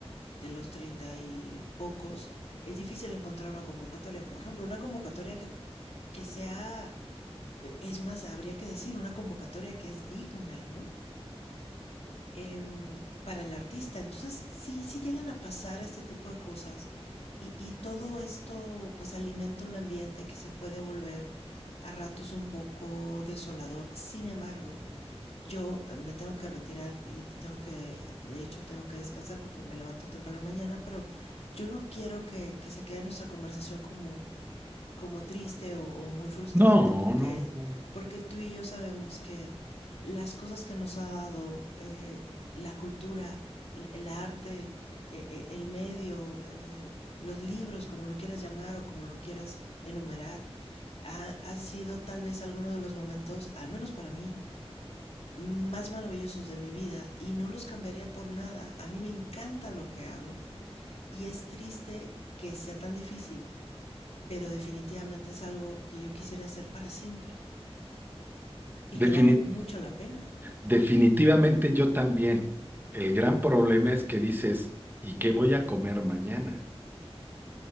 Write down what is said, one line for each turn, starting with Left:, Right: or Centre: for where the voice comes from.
Left: de los treinta y pocos, es difícil encontrar una convocatoria. Por ejemplo, una convocatoria que, que sea eh, Es más, habría que decir una convocatoria que es digna, ¿no? Eh, para el artista. Entonces, sí, sí llegan a pasar este tipo de cosas y, y todo esto pues alimenta un ambiente que se puede volver a ratos un poco desolador. Sin embargo, yo eh, me tengo que retirar y tengo que, de hecho, tengo que descansar porque me levanto temprano mañana, pero yo no quiero que, que se quede nuestra conversación como como triste o, o muy frustrante
Right: No,
Left: porque,
Right: no, no.
Left: porque tú y yo sabemos que las cosas que nos ha dado eh, la cultura, el, el arte, eh, eh, el medio, eh, los libros, como lo quieras llamar o como lo quieras enumerar, ha, han sido tal vez algunos de los momentos, al menos para mí, más maravillosos de mi vida y no los cambiaría por nada. A mí me encanta lo que hago y es triste que sea tan difícil pero definitivamente es algo que yo quisiera hacer para siempre y
Right: Defini-
Left: que vale mucho la pena, ¿no?
Right: definitivamente yo también. El gran problema es que dices, ¿y qué voy a comer mañana?